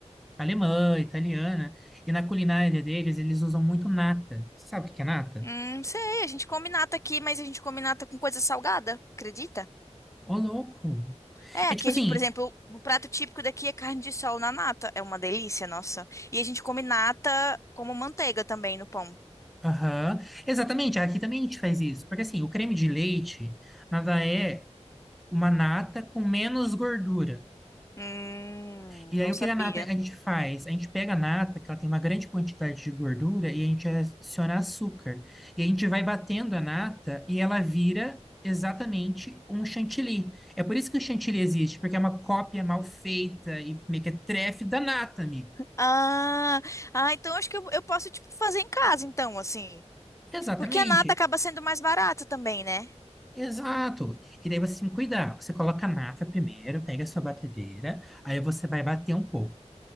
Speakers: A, in the centre; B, on the left.
A: alemã, italiana, e na culinária deles eles usam muito nata. Você sabe o que que é nata?
B: Hum, sei, a gente come nata aqui, mas a gente come nata com coisa salgada, acredita?
A: Ô, louco!
B: É,
A: É
B: aqui,
A: tipo
B: a
A: assim,
B: gente- por exemplo, o prato típico daqui é carne de sol na nata. É uma delícia, nossa. E a gente come nata como manteiga também no pão.
A: aham, exatamente, aqui também a gente faz isso, porque assim, o creme de leite nada é uma nata com menos gordura.
B: Hum,
A: E
B: não
A: aí, o
B: sabia.
A: que a nata a gente faz? A gente pega a nata, que ela tem uma grande quantidade de gordura, e a gente adiciona açúcar. E a gente vai batendo a nata e ela vira exatamente um chantilly. É por isso que o chantilly existe, porque é uma cópia mal feita e mequetrefe da nata, amigo.
B: Ah, ah, então acho que eu, eu posso, tipo, fazer em casa, então, assim.
A: Exatamente.
B: Porque a nata acaba sendo mais barata também, né?
A: Exato. E daí você tem que cuidar. Você coloca a nata primeiro, pega a sua batedeira, aí você vai bater um pouco.